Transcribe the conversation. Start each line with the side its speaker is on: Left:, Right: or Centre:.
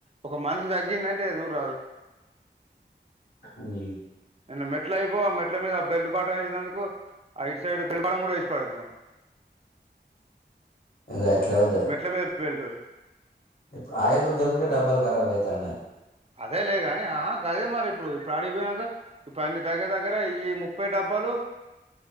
Right: ఒక మనిషి తగ్గిండు అంటే ఇగ చూడ్రాదు
Left: హ్మ్
Right: నిన్న మెట్లు అయిపోవు ఆ మెట్ల మీద బెల్ట్ వేసినందుకు ఆ ఇ సైడు బెల్ట్ బాటం కూడ వేసి పడేద్దుము
Left: అది అట్లే వుంటది
Right: బె బెల్ట్
Left: ఇప్పుడు ఆయిల్ రుద్దకుంటే డబ్బాలు ఖరాబ్ అయితాండే
Right: అదే లే గాని ఆ గదే మరి ఇప్పుడు ఇప్పుడు అడికి పోయినాంక ఇప్పుడు అన్ని దగ్గర దగ్గర ఇయ్యి ముప్పై డబ్బలు